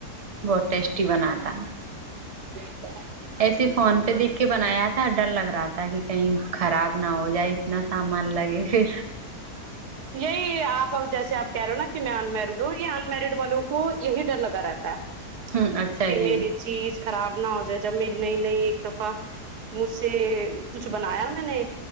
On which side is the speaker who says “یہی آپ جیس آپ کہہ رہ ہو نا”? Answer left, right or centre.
Right